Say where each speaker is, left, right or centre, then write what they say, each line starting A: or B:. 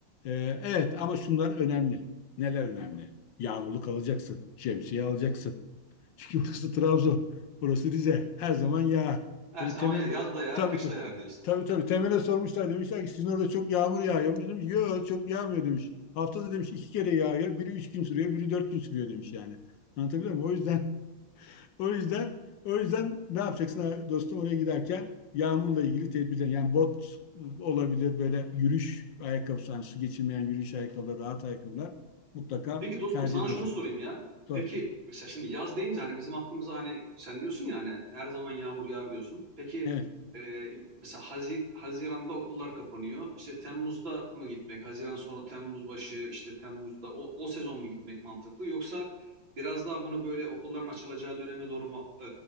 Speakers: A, on the left (about 70°); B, on the right (about 75°).
A: E, evet ama şunlar önemli. Neler önemli? Yağmurluk alacaksın. Şemsiye alacaksın. Çünkü <laughs> burası Trabzon. Burası Rize. Her zaman yağar.
B: Her
A: Böyle
B: zaman
A: temel
B: ya yaz da yağar,
A: tabii
B: kış
A: tabii.
B: da yağar diyorsun.
A: Tabii tabii temele sormuşlar demişler ki sizin orada çok yağmur yağıyormuş. Demiş yok çok yağmıyor demiş. Haftada demiş iki kere yağıyor. Biri üç gün sürüyor, biri dört gün sürüyor demiş yani. Anlatabiliyor muyum? O yüzden o yüzden o yüzden ne yapacaksın dostum oraya giderken yağmurla ilgili tedbirler yani bot olabilir böyle yürüyüş ayakkabısı yani su geçirmeyen yürüyüş ayakkabıları rahat ayakkabılar mutlaka
B: Peki dostum
A: tercih
B: sana
A: et hocam.
B: şunu sorayım ya.
A: Doğru.
B: Peki mesela şimdi yaz deyince hani bizim aklımıza hani sen diyorsun ya hani her zaman yağmur yağar diyorsun. Peki
A: Evet.
B: e, mesela Hazi- Haziran'da okullar kapanıyor. İşte Temmuz'da mı gitmek? Haziran sonra Temmuz başı işte Temmuz'da o, o sezon mu gitmek mantıklı? Yoksa biraz daha bunu böyle okulların açılacağı döneme doğru mu e,